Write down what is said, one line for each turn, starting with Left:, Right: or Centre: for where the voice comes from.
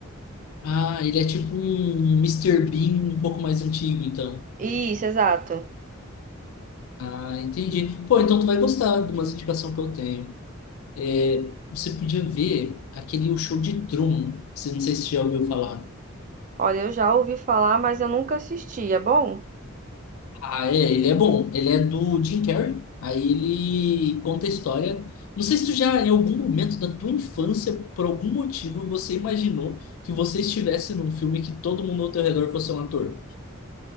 Left: Ah, ele é tipo um Mister Bean um pouco mais antigo, então.
Right: Isso, exato.
Left: Ah, entendi. Pô, então tu vai gostar de umas indicações que eu tenho. É, você podia ver aquele O Show de Truman, se não sei se você já ouviu falar.
Right: Olha, eu já ouvi falar, mas eu nunca assisti. É bom?
Left: Ah, é, ele é bom. Ele é do Jim Carrey. Aí ele conta a história. Não sei se tu já, em algum momento da tua infância, por algum motivo, você imaginou que você estivesse num filme que todo mundo ao teu redor fosse um ator.